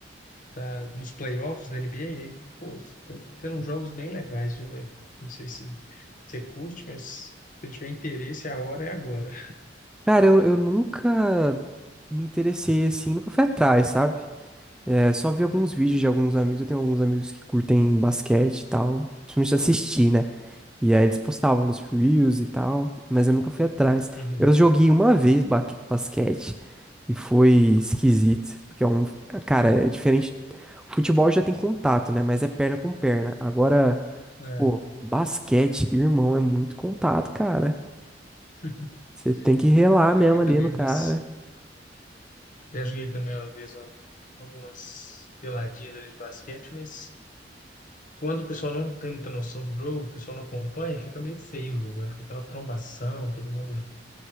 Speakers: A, on the left; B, in the centre.
A: tá nos playoffs da NBA, e aí, pô, tá tendo uns jogos bem legais, viu, velho? Não sei se você curte, mas se tiver interesse, a hora é agora.
B: Cara, eu, eu nunca me interessei assim, nunca fui atrás, sabe? É, só vi alguns vídeos de alguns amigos. Eu tenho alguns amigos que curtem basquete e tal. Principalmente assistir, né? E aí eles postavam os reels e tal, mas eu nunca fui atrás.
A: Uhum.
B: Eu joguei uma vez ba- basquete e foi esquisito, porque é um, cara, é diferente. O futebol já tem contato, né? Mas é perna com perna. Agora,
A: É.
B: pô, basquete, irmão, é muito contato, cara.
A: <laughs>
B: Você tem que relar
A: Eu já
B: mesmo
A: joguei
B: ali
A: também
B: no
A: umas.
B: cara.
A: Já joguei também uma vez ó, algumas peladinhas ali de basquete, mas quando o pessoal não tem muita noção do jogo, o pessoal não acompanha, fica meio feio o jogo, né? Fica aquela trombação, todo mundo